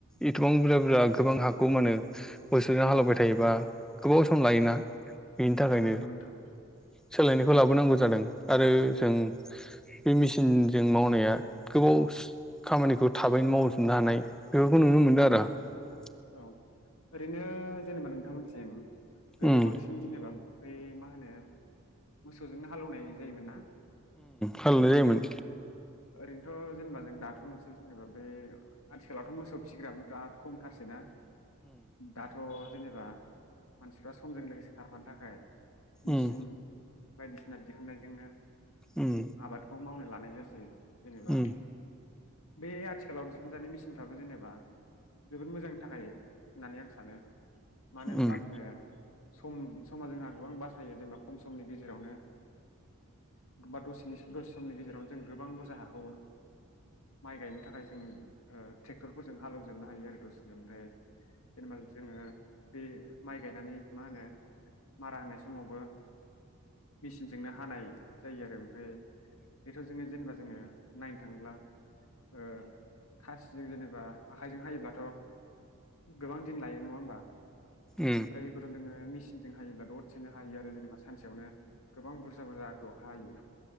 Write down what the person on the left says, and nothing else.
औ नंगौ
नंगौ नंगौ
नोंथां
औ ओरैनो जेनेबा नोंथांमोनसि गोदो
बांसिन जेनेबा बै मा होनो मोसौजोंनो हालौवनाय जायोमोन ना?
ओरैनोथ' जेनेबा जों दाथ' नुसै जेनेबा बे आथिखालावथ' मोसौ फिग्राबो बिराद खमथारसै ना? दाथ' जेनेबा मानसिफ्रा समजों लोगोसे खारफानो थाखाय मेसिन
बायदिसिना दिहुननायजोंनो
आबादखौ मावनो लानाय जासै जेनेबा
बे आथिखालाव दिहुनजानाय मेसिनफ्राबो जेनेबा जोबोद मोजांनि थाखाय होननानै आं सानो मानो होनब्ला
जोङो सम समा जोंहा गोबां बासायो जेनेबा खम समनि गेजेरावनो बा दसे दसे समनि गेजेराव जों गोबां हाखौ माइ गायनो थाखाय जों ट्रेक्टर फोरजों हालेवजोबनो हायो आरो दसे ओमफ्राय जेनेबा जोङो बे माइ गायनानै मा होनो मारा होनाय समावबो मेचिनजोंनो हानाय जायो आरो ओमफ्राय बेथ' जोंनो जेनेबा जोङो नायनो थाङोब्ला ओ खासिजों जेनेबा आखाइजों हायोब्लाथ' गोबां दिन लायो नङा होमबा
ओमफ्राय बेफोर नोङो मेचिन जों हायोब्ला दसेनो हायो जेनेबा सानसेयावनो गोबां बुरजा बुरजाखौ हायो